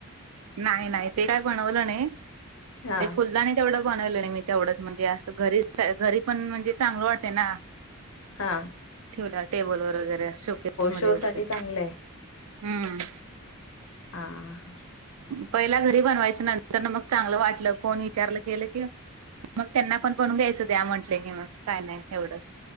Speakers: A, on the right; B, on the left.
A: नाय नाय ते काय बनवलं नैय‌.
B: हा
A: ते फुलदाणी तेवढं बनवलं नाही मी तेवढंच म्हणजे असं घरी च घरी पण म्हणजे चांगलं वाटतय ना.
B: हां.
A: ठेवल्या टेबल वगैरे शो केेस मध्ये
B: शो
A: वगैरे.
B: साठी चांगलं आहे
A: हम्म
B: हा ह.
A: पहिला घरी बनवायच नंतरण मग चांगलं वाटलं कोण विचारलं केलं कि मग त्यांना पण बनून दयायचं दया म्हटले की मग काय नाही एवढं.